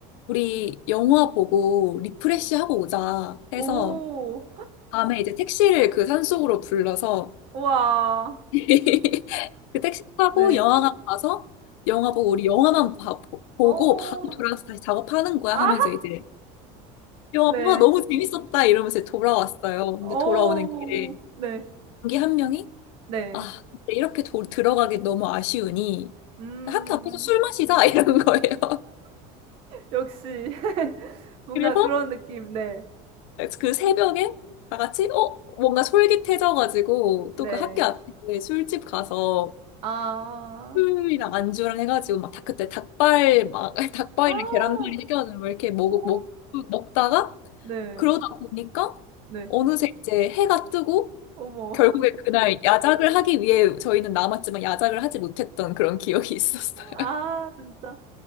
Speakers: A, on the left; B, on the right.
A: 우리 영화 보고 리프레시 하고 오자 해서
B: 오.
A: 밤에 이제 택시를 그 산속으로 불러서
B: 우와.
A: <laughs> 그 택시 타고
B: 네.
A: 영화관 가서 영화 보고 우리 영화만 봐- 보- 보고
B: 어.
A: 바로 돌아가서 다시 작업하는 거야
B: 아
A: 하면서 이제 영화
B: 네.
A: 보고 아, 너무 재밌었다 이러면서 돌아왔어요. 근데
B: 어.
A: 돌아오는 길에
B: 네.
A: 동기 한 명이
B: 네.
A: 아, 근데 이렇게 도, 들어가기 너무 아쉬우니
B: 음.
A: 학교 앞에서 술 마시자 <laughs> 이런 거예요.
B: 역시 <laughs> 뭔가
A: 그래서
B: 그런 느낌. 네.
A: 그 새벽에 다 같이 어 뭔가 솔깃해져가지고
B: 네.
A: 또 그 학교 앞에 술집 가서
B: 아.
A: 술이랑 안주랑 해가지고 막 다 그때 닭발 막 <laughs> 닭발이랑
B: 아.
A: 계란말이 시켜가지고 막 이렇게 먹,
B: 어.
A: 먹 먹다가
B: 네.
A: 그러다 보니까
B: 네.
A: 어느새 이제 해가 뜨고
B: 어머.
A: 결국에 그날 야작을 하기 위해 저희는 남았지만 야작을 하지 못했던 그런 기억이 <laughs> 있었어요.
B: 아 진짜.